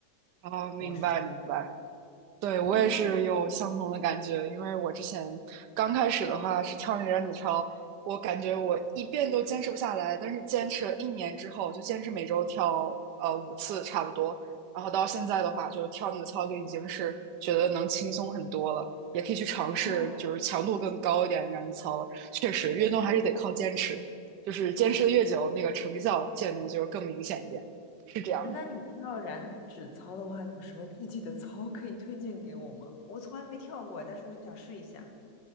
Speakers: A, on the right; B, on the left.
A: 哦，明白明白。
B: 我是。这
A: 对，我也是有相同的感觉，
B: 哎，那你
A: 因为我之前刚开始的话是跳那个燃脂操，我感觉我一遍都坚持不下来，但是坚持了一年之后，就坚持每周跳呃五次差不多，然后到现在的话，就跳那个操就已经是觉得能轻松很多了，也可以去尝试就是强度更高一点的燃脂操了。
B: 哦，
A: 确实，运动还是得靠坚持，
B: 嗯，
A: 就是坚持的越久，
B: 那
A: 那个成效见的就是更明显一点，是这样的。
B: 那你跳燃脂操的话，有什么具体的操可以推荐给我吗？我从来没跳过，但是我想试一下。